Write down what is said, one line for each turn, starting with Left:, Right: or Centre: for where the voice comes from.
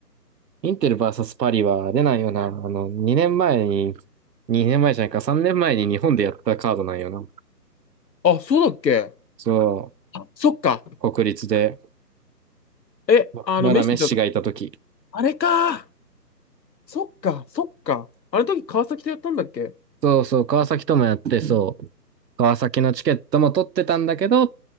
Right: インテルサスパリは出ないよな。あの、2年前に、2年前じゃないか、3年前に日本でやったカードなんよな。
Left: あ、そうだっけ
Right: そ
Left: あ、そっか。
Right: う、国立で、
Left: え、
Right: ままだメッシがいたとき
Left: あの、メッシだと、あれか。そっか、そっか。あの時川崎とやったんだっけ
Right: そうそう、川崎ともやって、そう、川崎のチケットも取ってたんだけど、